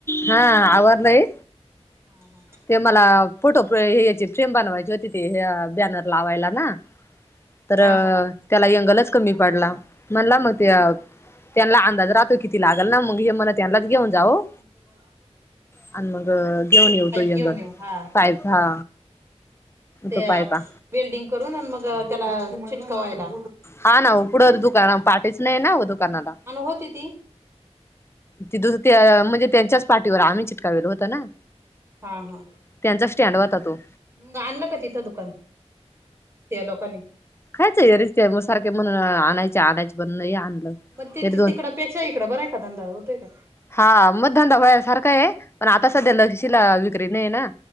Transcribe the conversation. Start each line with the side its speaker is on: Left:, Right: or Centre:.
Left: हा आवारलय.
Right: हा हा
Left: ते मला फोटो हे याची फ्रेम बनवायची होती ते हे बॅनर लावायला ना तर
Right: हा हा
Left: त्याला यंगलच कमी पाडला म्हणला मग त्या त्यांना अंदाज राहतोय किती लागल ना मग हे म्हण त्यांलाच घेऊन जा ओ
Right: <unintelligible> असं
Left: आणि मंग घेऊन येवू तो यंगत
Right: घेऊन येऊ हा
Left: पाईप हा
Right: ते
Left: तो पायपा
Right: वेल्डिंग करून आणि मग त्याला चिटकवायला.
Left: हा ना ओ कुडं दुकान पाठीच नाय ना आहो दुकानाला.
Right: आणि होती ती
Left: तिदचं त्या म्हणजे त्यांच्याच पाटीवर आम्ही चिटकावेल होत ना.
Right: हा हा
Left: त्यांचा स्टँड होता तो
Right: मंग आणलं का तिथं दुकान त्या लोकांनी
Left: कांआचे गं निस्ते सारखे म्हणू आणायचे आणायच पण नय आणलं.
Right: म त्येचा
Left: एक दोन
Right: तिकडपेक्षा इकडे बरांय का धंदा होतोय का?
Left: हा मग धंदा वयासारखा आहे पण आता सध्या लशीला विक्री नाही ना